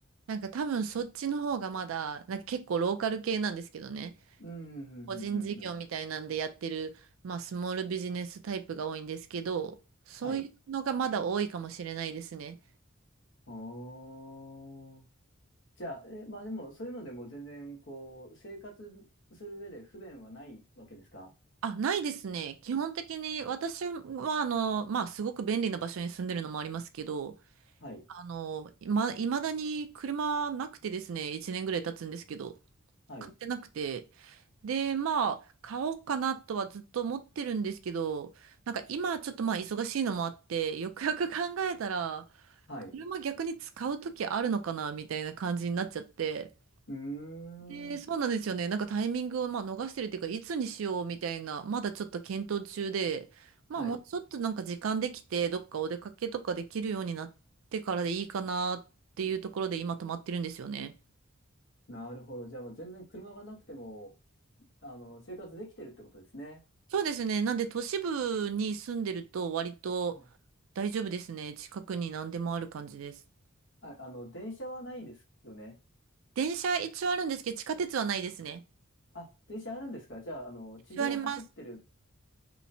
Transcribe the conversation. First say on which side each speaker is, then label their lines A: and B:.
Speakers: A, on the right; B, on the left.
A: なんか多分そっちの方がまだ、なんか結構ローカル系なんですけどね。
B: うん、うん、
A: 個人事業みたいなんでやってる、
B: うん、うん、うん。うん
A: まあ、スモールビジネスタイプが多いんですけど、そういうのがまだ多いかもしれないですね。
B: はい。おー。じゃあ、え、まあでも、そういうのでも全然、こう、生活する上で不便はないわけですか
A: あ、ないですね。基本的に私は、あの、まあ、すごく便利な場所に住んでるのもありますけど、
B: はい。
A: あの、いま、未だに車なくてですね、1年ぐらい経つんですけど、
B: はい。
A: 買ってなくて。で、まあ、買おうかなとはずっと思ってるんですけど、なんか今ちょっとまあ忙しいのもあって、よくよく考えたら、
B: はい。う
A: 車逆に使う時あるのかなみたいな感じになっちゃって。
B: ーん。
A: で、そうなんですよね。なんかタイミングをまあ逃してるっていうか、いつにしようみたいな、まだちょっと検討中で、
B: はい。
A: まあもうちょっとなんか時間できて、どっかお出かけとかできるようになってからでいいかなっていうところで今止まってるんですよね。
B: なるほど。じゃあ、もう全然車がなくても、あの、生活できてるってことですね。
A: そうですね。なんで都市部に住んでると割と大丈夫ですね。
B: はい。
A: 近くに何でもある感じです。
B: あ、あの、電車はないですよね。
A: 電車一応あるんですけど、地下鉄はないですね。
B: あ、電車あるんですかじゃあ、あの、地上を走ってる。
A: 一応あります。